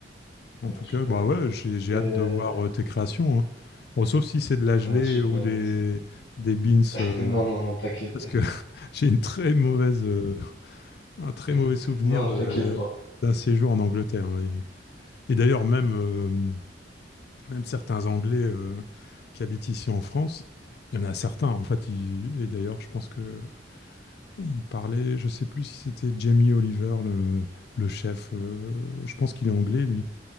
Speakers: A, on the left; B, on the left.
A: En
B: Ouais,
A: tout
B: super.
A: cas, bah ouais, j'ai, j'ai
B: Et
A: hâte
B: euh,
A: de voir euh, tes créations, hein. Bon, sauf si c'est de la gelée
B: ouais, super,
A: ou des,
B: merci.
A: des beans
B: <laughs>
A: euh,
B: Non, non, non, t'inquiète.
A: Parce que <laughs> j'ai une très mauvaise, euh, un très mauvais
B: <laughs>
A: souvenir
B: Non,
A: de,
B: t'inquiète pas.
A: d'un séjour en Angleterre. hein. Et, et d'ailleurs, même, euh, même certains Anglais euh, qui habitent ici en France, il y en a certains, en fait, ils- et d'ailleurs, je pense que ils parlaient, je sais plus si c'était Jamie Oliver, le, le chef, euh, je pense qu'il est anglais, lui.